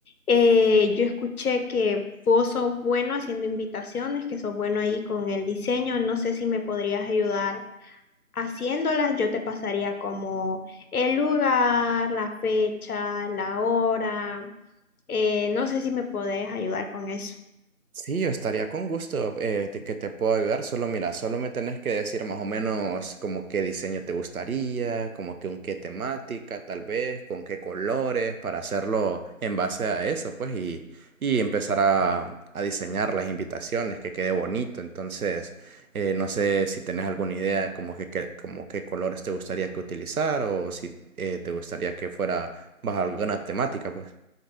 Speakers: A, on the left; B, on the right.
A: eh, yo escuché que vos sos bueno haciendo invitaciones, que sos bueno ahí con el diseño. No sé si me podrías ayudar haciéndolas, yo te pasaría como el lugar, la fecha, la hora. Eh, no sé si me podés ayudar con eso.
B: Sí, yo estaría con gusto eh, te- que te puedo ayudar. Solo mira, solo me tenés que decir más o menos como qué diseño te gustaría, como que con qué temática, tal vez, con qué colores, para hacerlo en base a eso, pues, y, y empezar a, a diseñar las invitaciones, que quede bonito. Entonces, eh, no sé si tenés alguna idea como que, que- como qué colores te gustaría que utilizar o si eh, te gustaría que fuera bajo alguna temática, pues.